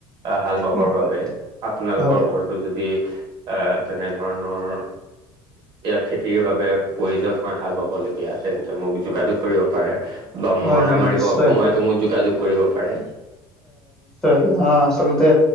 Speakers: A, on the right (about 45°); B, in the centre.
A: হাল বাবৰ
B: হয়
A: বাবে আপোনালোকৰ
B: হয়
A: ঘৰতো যদি। আহ তেনে ধৰণৰ খেতিয়। খেতিৰ বাবে প্ৰয়োজন হয় হাল বাবলগীয়া তেন্তে মোক যোগাযোগ কৰিব পাৰে। বা
B: হয়
A: মৰণা
B: হয়
A: মাৰিবৰ
B: নিশ্চয়
A: সময়তো মোক যোগাযোগ কৰিব পাৰে।
B: অ আচলতে